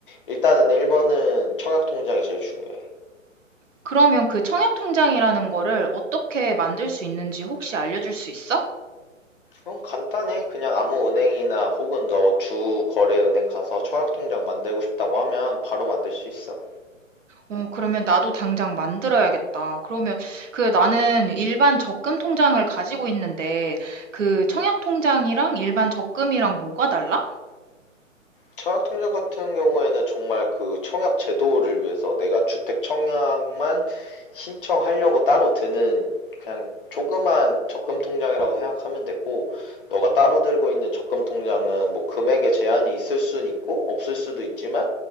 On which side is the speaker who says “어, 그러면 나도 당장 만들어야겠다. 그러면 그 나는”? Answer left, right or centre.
Right